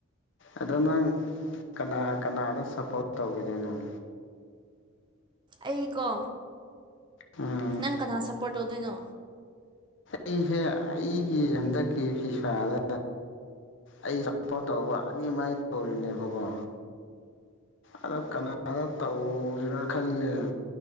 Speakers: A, on the left; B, on the right.
A: ꯑꯗꯣ ꯅꯪ ꯀꯅꯥ ꯀꯅꯥꯗꯣ ꯁꯞꯄꯣꯔꯠ ꯇꯧꯋꯤꯗꯣꯏ ꯅꯪ
B: ꯑꯩꯀꯣ
A: ꯎꯝ
B: ꯅꯪ ꯀꯅꯥ ꯁꯞꯄꯣꯔꯠ ꯇꯧꯗꯣꯏꯅꯣ
A: ꯑꯩꯁꯦ ꯑꯩꯒꯤ ꯍꯟꯗꯛꯀꯤ ꯐꯤꯐꯥꯗ ꯑꯩ ꯁꯞꯄꯣꯔꯠ ꯇꯧꯕ ꯑꯅꯤꯃꯛ ꯑꯩ ꯇꯧꯔꯤꯅꯦꯕꯀꯣ ꯑꯗꯣ ꯀꯅꯥꯗ ꯇꯧꯁꯤꯔ ꯈꯜꯂꯦ